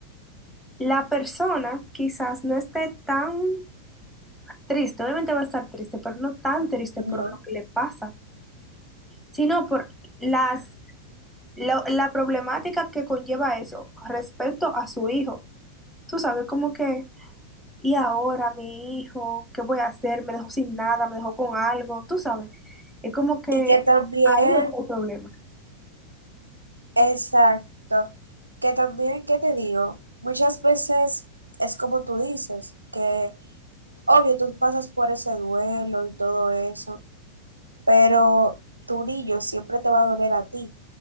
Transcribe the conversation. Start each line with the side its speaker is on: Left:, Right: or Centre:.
Centre: La persona quizás no esté tan triste, obviamente va a estar triste, pero no tan triste
Right: Ajá.
Centre: por lo que le pasa, sino por las, lo- la problemática que conlleva eso respecto a su hijo. Tú sabes, como que, y ahora mi hijo, ¿qué voy a hacer? Me dejó sin nada, me dejó con algo, tú sabes. Es como que
Right: Y que también
Centre: ahí es el problema.
Right: Exacto. Que también, ¿qué te digo? Muchas veces es como tú dices, que obvio tú pasas por ese duelo y todo eso, pero tu niño siempre te va a doler a ti.